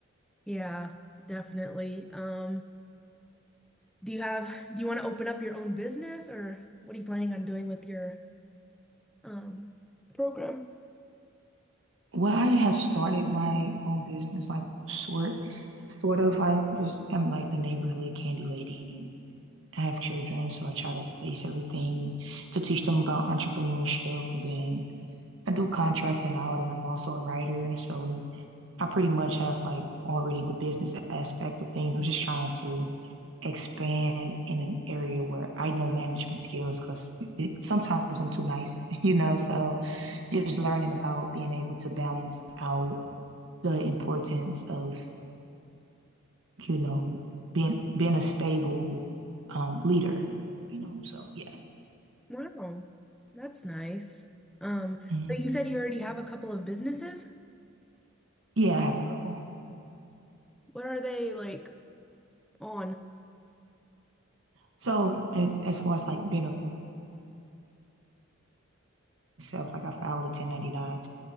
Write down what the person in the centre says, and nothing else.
Yeah, definitely. Um, do you have do you want to open up your own business or what are you planning on doing with your um program?
Wow, that's nice. Um,
so you said you already have a couple of businesses?
What are they like on?